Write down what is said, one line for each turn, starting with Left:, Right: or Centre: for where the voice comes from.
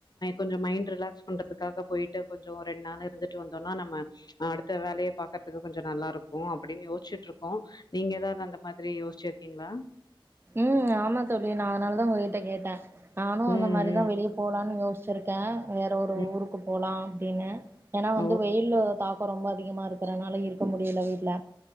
Left: கொஞ்சம் மைண்ட் ரிலாக்ஸ் பண்றதுக்காக போயிட்டு கொஞ்சம் ரெண்டு நாள் இருந்துட்டு வந்தோம்னா நம்ம அடுத்த வேலய பாக்கறக்கு கொஞ்சம் நல்லா இருக்கும் அப்டின்னு யோசச்சுட்டு இருக்கோம் நீங்க ஏதாவது அந்த மாதரி யோசிச்சிருக்கீங்களா
Right: உம் ஆமா தோழி நா அதனால தான் உங்க கிட்ட கேட்டேன் நானும் அந்த
Left: ம்,
Right: மாதிரிதான்
Left: ம்,
Right: வெளியே போலாம்னு யோசிச் சிருக்கன் வேற ஒரு
Left: ம்.
Right: ஊருக்கு போலாம் இனு ஏன்னா வந்து
Left: ஓ!
Right: வெயில் தாக் ரொம்ப அதிகமா இருக்கறனால இருக்க முடியல வீட்ல